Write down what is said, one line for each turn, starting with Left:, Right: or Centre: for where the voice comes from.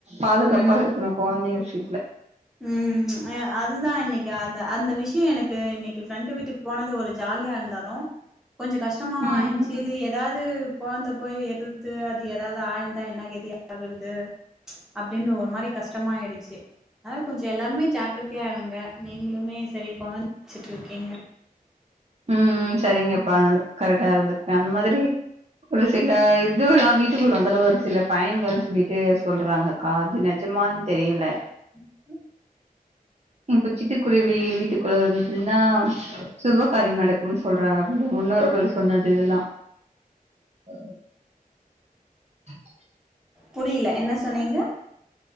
Right: பாதுகாப்பா
Centre: ம்
Right: இருக்கணு குழந்தைங்க விஷயத்துல
Centre: ம் ஆ அதுதா இன்னைக்கு அது அந்த விஷய எனக்கு இன்னைக்கு ஃப்ரெண்டு வீட்டுக் போனது ஒரு ஜாலியா இருந்தாலு கொஞ்ச கஷ்டமாவ
Right: ம்
Centre: ஆச்சுது
Right: ம்
Centre: ஏதாவது குழந்த போய் எடுத்து அது ஏதாவது ஆயிருந்தா என்ன கெதி ஆகுறது அப்டின்ற ஒரு மாரி கஷ்டமா ஆயிடுச்சு அதனால கொஞ்ச எல்லாருமே ஜாக்கிரத்தையா இருங்க நீங்களுமே சரி குழந்த வச்சுட்டு இருக்கீங்க
Right: ம் ம் சரிங்கப்பா கரெக்டா இருந்துக்கே அந்த மாதிரி ஒரு சில இது எல்லா வீட்டுக்குள்ள வந்தளவு ஒரு சில பயன்கள்னு சொல்லிட்டு சொல்றாங்க அது நெஜமான் தெரியல
Centre: <inaudible>
Right: இப்ப சிட்டுக்குருவி வீட்டுக்குள்ள வந்துனா சுப்பு காரியம் நடக்கும்னு சொல்றாங்க அப்டி முன்னோர்கள் சொன்னது இதெல்லா ஹ <unintelligible>
Centre: புரியல என்ன சொன்னீங்க